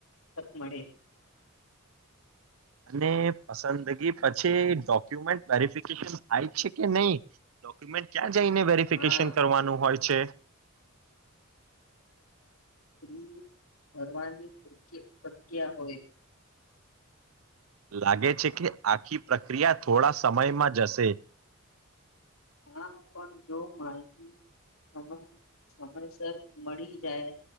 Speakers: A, on the left; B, on the right.
A: તક મળે
B: અને પસંદગી પછી ડોક્યુમેન્ટ વેરિફિકેશન થાય છે, કે નહી ડોક્યુમેન્ટ ક્યાં જઈને વેરિફિકેશન
A: હા
B: કરવાનું હોય છે
A: સ્ત્રી ભરવાની શક્યા હોય
B: લાગે છે કે આખી પ્રક્રિયા થોડા સમયમાં જશે
A: હા પણ જો માહિતી સમય સમયસર મળી જાય